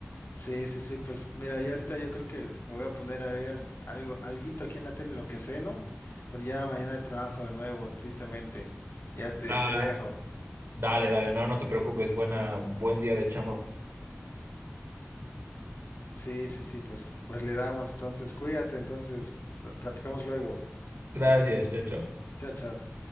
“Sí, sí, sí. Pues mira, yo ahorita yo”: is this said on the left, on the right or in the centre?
Left